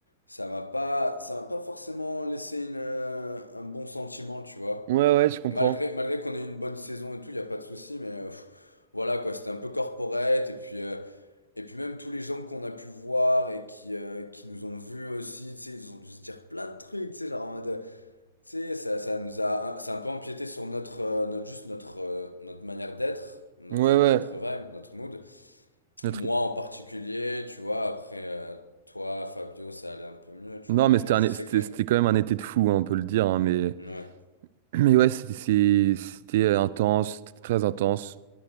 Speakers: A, on the left; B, on the right.
A: ça m'a pas, ça m'a pas forcément laissé une, euh, un bon sentiment, tu vois.
B: Ouais, ouais, je comprends.
A: Malgré, malgré qu'on ait eu une bonne saison et tout, il y a pas de souci. Mais euh, pff, voilà quoi. C'était un peu corporate. Et puis. euh, Et puis même tous les gens qu'on a pu voir et qui, euh, qui nous ont vus aussi, tu sais, ils ont dû se dire plein de trucs, tu sais, genre en mode... Tu sais, ça, ça nous a... un- Ça a un peu empiété sur notre... euh, notre juste notre, euh, notre manière d'être, notre,
B: Ouais, ouais.
A: euh, notre vibe, notre mood.
B: Notre-
A: Moi en particulier, tu vois, après... euh, toi, Fabio, ça allait un peu mieux, tu
B: Non,
A: vois, mais
B: mais
A: moi
B: c'était un...
A: je
B: é-
A: sais
B: c'était
A: que...
B: c'était quand même un été de fou, hein, on peut le dire. hein, mais...
A: Ouais.
B: <clears throat> mais ouais, c'était c'est- c'était euh, intense, c'était très intense.